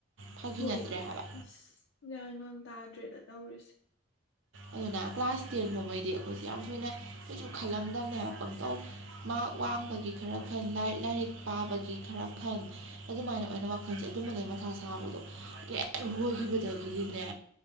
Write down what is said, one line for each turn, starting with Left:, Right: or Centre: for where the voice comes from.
Right: ꯐꯥꯒꯤ
Left: ꯍꯣꯏ
Right: ꯅꯠꯇ꯭ꯔꯦ ꯍꯥꯏꯕ
Left: ꯑꯁ ꯌꯥꯅ ꯇꯥꯗ꯭ꯔꯦꯅ ꯇꯧꯔꯤꯁꯦ
Right: ꯑꯗꯨꯅ ꯀ꯭ꯂꯥꯁ ꯇꯦꯟꯒꯨꯝꯉꯩꯗꯤ ꯑꯩꯈꯣꯏꯁꯦ ꯌꯥꯝ ꯊꯣꯏꯅ ꯀꯩꯁꯨ ꯈꯜꯂꯝꯗꯝꯅꯦ ꯍꯥꯏꯕ ꯄꯪꯇꯧ ꯃꯔ ꯋꯥꯡꯕꯒꯤ ꯈꯔ ꯈꯟꯔꯤ ꯂꯥꯏꯔꯤꯛ ꯄꯥꯕꯒꯤ ꯈꯔ ꯈꯟ ꯑꯗꯨꯃꯥꯏꯅ ꯑꯣꯏꯅ ꯋꯥꯈꯜꯁꯦ ꯑꯗꯨꯝꯕꯗꯩ ꯃꯊꯥ ꯁꯥꯕꯗꯣ ꯑꯗꯨꯦꯛ ꯂꯣꯏꯈꯤꯕꯗꯒꯤꯗꯤꯅꯦ